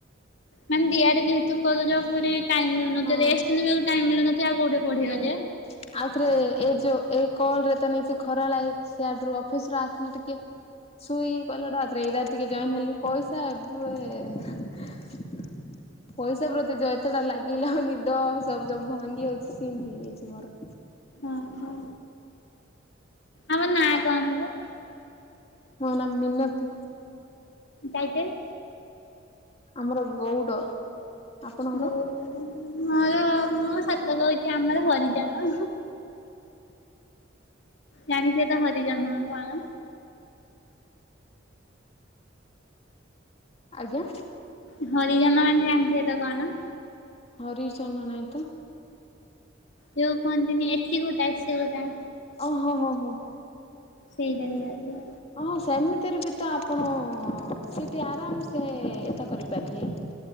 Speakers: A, on the left; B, on the left.
A: ମାନେ ଦିଆ ଟେ ଯେହେତୁ ବୋଲି ଟାଇମ ମିଳୁନଥିବ
B: ହଁ
A: ରେଷ୍ଟ ନେବାକୁ ଟାଇମ ମିଳୁନଥିବ ଆଉ କୋଉଠି ପଢିବ
B: ହୁଁ
A: ଯେ
B: ଆଉଥରେ ଏ ଯୋଉ ଏ କଲ ରେ ତ ନିଜେ ଖରା ଲାଗ ସେଆଡୁ ଅଫିସ ରୁ ଆସିଲେ ଟିକେ ଶୁଇ କଇଲେଟ ଆଉଥରେ ଏଇଟାର ଟିକେ ଜଏନ୍ ହେଲି ପଇସା ଏବେ ପଇସା ପ୍ରତି ଏତେଟା ଲାଗିଲା। ନିଦ ସବୁ ସବୁ ଭାଙ୍ଗି ଯାଉଛି। ସିମ ହେଇଯାଇଛି ମୋର।
A: ଓ ହୋ ଆମ ନା କଣ ଯେ?
B: ମୋ ନା ମିନତି।
A: ଟାଇଟେଲ।
B: ଆମର ଗଉଡ। ଆପଣଙ୍କର?
A: ଗଉ ମୋର ମୁଁ ସତ କହୁଛି ଆମର ହରିଜନ। ଜାଣିଚ ତ ହରିଜନ କଣ?
B: ଆଜ୍ଞା।
A: ହରିଜନ ମାନେ ଜାଣିଚ ତ କଣ?
B: ହରିଜନ ନାଇ ତ।
A: ଯୋଉ କହନ୍ତିିନି ଏସି ଗୋଟା ଏସି ଗୋଟା।
B: ଓହୋ ହୋ ହୋ।
A: ସେଇଟା <unintelligible>
B: ହଁ ସେମିତିରେ ବି ତ ଆପଣ ସେଠି ଆରାମ ସେ ଏତା କରିପାରିବେ।